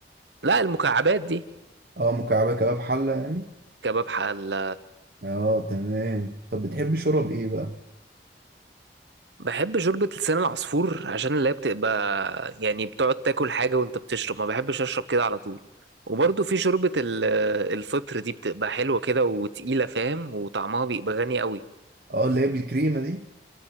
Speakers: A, on the right (about 80°); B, on the right (about 55°).
A: لا المكعبات دي
B: اه مكعبة كباب حلة يعني؟
A: كباب حل
B: اه تمام طب بتحب شرب ايه بقى؟
A: بحب شوربة لسان العصفور عشان اللي هي بتبقى يعني بتقعد تاكل حاجة وانت بتشرب ما بحبش اشرب كده على طول وبرضه في شوربة ال- آه، الفطر دي بتبقى حلوة كده وتقيلة فاهم وطعمها بيبقى غني قوي
B: اه اللي هي بالكريمة دي؟